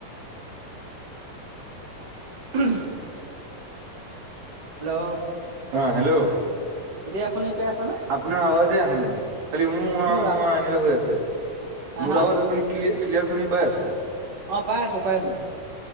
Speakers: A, on the right (about 30°); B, on the right (about 75°).
A: <unintelligible> হেল্ল',
B: অ', হেল্ল',
A: এতিয়া শুনি পাই আছা না
B: আপোনাৰ আৱাজে আহা নাই খালি উ আ
A: মোৰ
B: -উ আ এনেকে হৈ আছে।
A: হা
B: মোৰ আৱাজ আপুনি ক্লি- ক্লিয়াৰ শুনি পাই আছে?
A: অ'পাই আছো- পাই আছো।